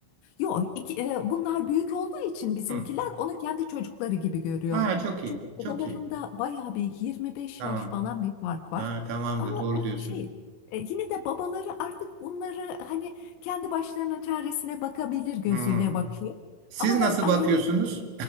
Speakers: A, on the left; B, on the right.
A: Yok, iki- e, bunlar büyük olduğu için bizimkiler
B: Hı.
A: onu kendi çocukları gibi görüyorlar.
B: Ha, çok iyi.
A: Çünkü
B: Çok
A: aralarında
B: iyi.
A: bayağı bir 25
B: Tamam.
A: yaş falan bir fark var.
B: Ha, tamamdır.
A: Ama
B: Doğru diyorsunuz.
A: e, şey e, yine de babaları artık bunları hani kendi başlarının çaresine bakabilir gözüyle
B: Hı.
A: bakıyor.
B: Siz
A: Ama
B: nasıl
A: ben annelik
B: bakıyorsunuz?